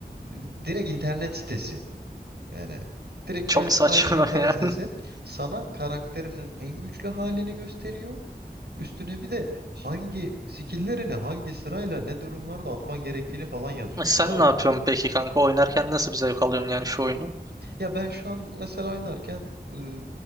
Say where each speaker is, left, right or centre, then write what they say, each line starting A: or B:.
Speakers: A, on the right; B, on the right.
A: e, direkt internet sitesi. Yani direkt
B: Çok
A: baş-
B: saçma
A: ayrı bir internet
B: <laughs> ya.
A: sitesi sana karakterinin en güçlü halini gösteriyor. Üstüne bir de hangi skill'lerini hangi sırayla ne durumlarda atman gerektiğini falan yazıyor
B: E Sen
A: ya okuna.
B: ne yapıyorsun peki kanka? Oynarken nasıl bir zevk alıyorsun yani şu oyunu?
A: Ya ben şu an mesela oynarken ıı,